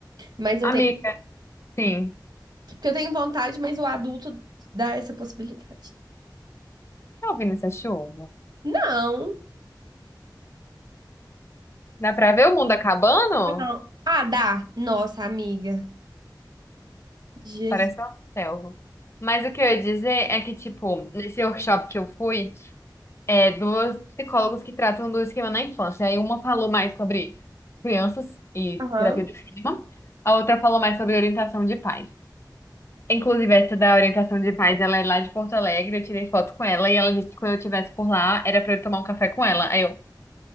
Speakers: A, on the right; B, on the left.
A: Mas eu
B: Amiga,
A: tenho,
B: sim.
A: porque eu tenho vontade, mas o adulto dá essa possibilidade.
B: Tá ouvindo essa chuva?
A: Não,
B: Dá pra ver o mundo acabando?
A: não. Ah, dá. Nossa, amiga. Jesus.
B: Parece uma selva. Mas o que eu ia dizer é que, tipo, nesse workshop que eu fui, é duas psicólogas que tratam do esquema na infância. Aí uma falou mais sobre crianças e
A: Aham.
B: terapia do esquema, a outra falou mais sobre orientação de pais. Inclusive, essa da orientação de paz, ela é lá de Porto Alegre, eu tirei foto com ela e ela disse que quando eu estivesse por lá, era pra eu tomar um café com ela. Aí eu,